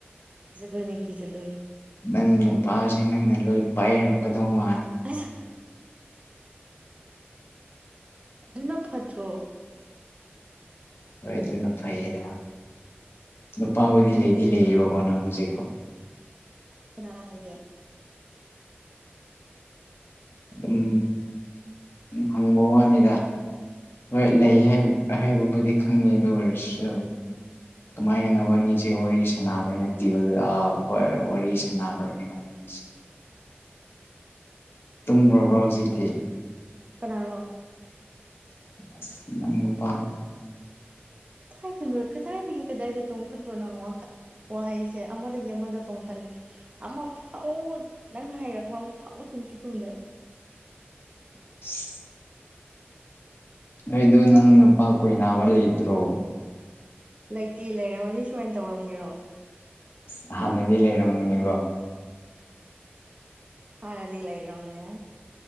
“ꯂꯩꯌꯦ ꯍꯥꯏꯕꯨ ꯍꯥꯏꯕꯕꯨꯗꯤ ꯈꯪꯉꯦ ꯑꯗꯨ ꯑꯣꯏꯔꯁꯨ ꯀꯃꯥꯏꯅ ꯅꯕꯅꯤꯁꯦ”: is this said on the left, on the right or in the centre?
Left